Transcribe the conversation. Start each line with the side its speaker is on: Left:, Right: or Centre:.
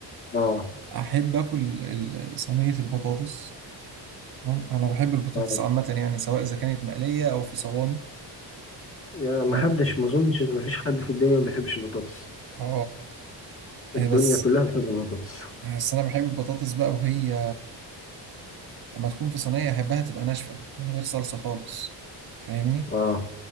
Left: اه
Right: أحب آكل ال- صينية البطاطس تمام انا بحب البطاطس
Left: اه
Right: عامه يعني سواء اذا كانت مقليه او في صواني
Left: يعني
Right: تمام
Left: ما حدش ما اظنش ان ما فيش حد في الدنيا ما بيحبش البطاطس
Right: اه
Left: الدنيا
Right: آه، بس
Left: كلها بتحب البطاطس
Right: بس انا بحب البطاطس بقى وهي لما تكون في صينيه احبها تبقى ناشفه من غير صلصه خالص فاهمني
Left: اه